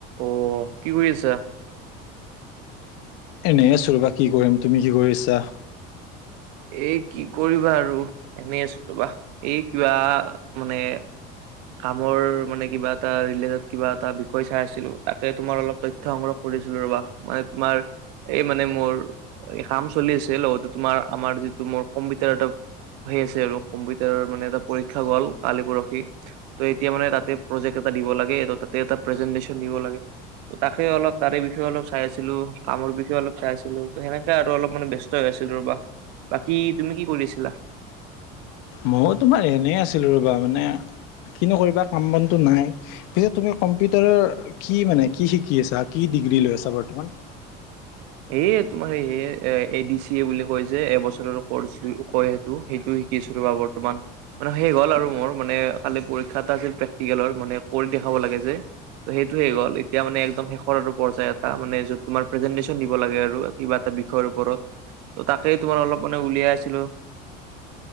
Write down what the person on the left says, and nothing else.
এনেই আছো ৰবা, কি কৰিম তুমি কি কৰিছা?
ময়ো তোমাৰ এনেই আছিলোঁ ৰ'বা মানে কিনো কৰিবা কাম বনটো নাই। পিছে তুমি কম্পিউটাৰৰ কি মানে কি শিকি আছা কি ডিগ্ৰী লৈ আছা বৰ্তমান।